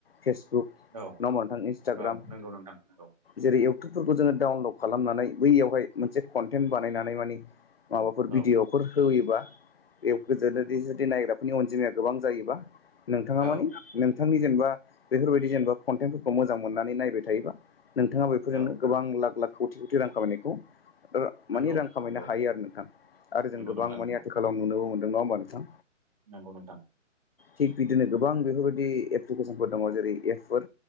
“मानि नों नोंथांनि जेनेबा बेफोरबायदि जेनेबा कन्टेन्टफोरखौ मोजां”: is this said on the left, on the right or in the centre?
Left